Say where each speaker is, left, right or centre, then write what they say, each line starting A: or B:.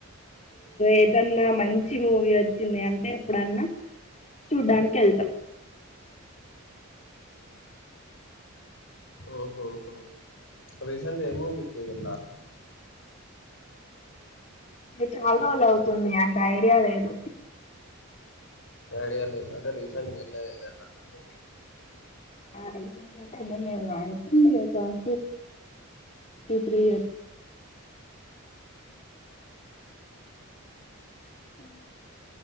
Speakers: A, on the left; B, on the left.
A: ఏదన్నా మంచి మూవీ వచ్చింది అంటే ఎప్పుడన్నా చూడ్డానికి వెళ్తాం
B: ఆఓహ రీసెంట్ ఏమూ వి కేన్నారు
A: చాలా రోజులు అవుతుంది అంత ఐడియా లేదు
B: ఐడియా లేదు అంటే రీసెంట్ వెళ్ళదటు మూవీ
A: రీసెంట్గా ఏమీ లేదు లా టూ త్రీ ఇయర్స్ స